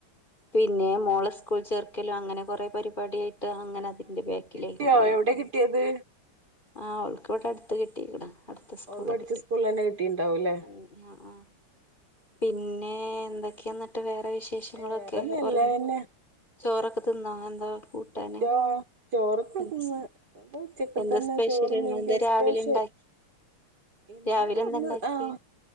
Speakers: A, on the left; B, on the right.
A: പിന്നെ മോള സ്കൂൾ ചേർക്കലും അങ്ങനെ കൊറെ പരിപാടി ആയിട്ട് അങ്ങനെ
B: ആ.
A: അതിൽ ന്റെ ബാക്കിലേനു
B: കിട്ടിയോ
A: ഇന്നലെ
B: എവിടെ കിട്ടിയത്
A: ആഹ് അവൾക്ക് ഇവിടെ അടുത്ത് കിട്ടിക്ക്ണ് അടുത്ത സ്കൂളിൽ
B: ഓള് പഠിച്ച
A: കിട്ടി
B: സ്കൂളിൽ തന്നെ കിട്ടിണ്ടാവൂല്ലേ
A: ആ ആ പിന്നെ എന്തൊക്കെയ എന്നിട്ട് വേറെ വിശേഷങ്ങളൊക്കെ
B: ഏറെ നല്ലതന്നെ
A: ഓർ ചോറൊക്കെ തിന്നോ കൂട്ടാന്
B: ചോ ചോറക്കെ
A: എന്താ
B: തിന്ന് ഉച്ചക്കത്തന്നെ
A: എന്താ സ്പെഷ്യൽ
B: ചോറും
A: ഇന്നെന്താ
B: <unintelligible>
A: രാവിലെ ഇണ്ടാക്കി
B: ഇന്ന്
A: രാവിലെ എന്താ
B: ഒന്ന്
A: ഇണ്ടാക്കിയേ
B: ആഹ്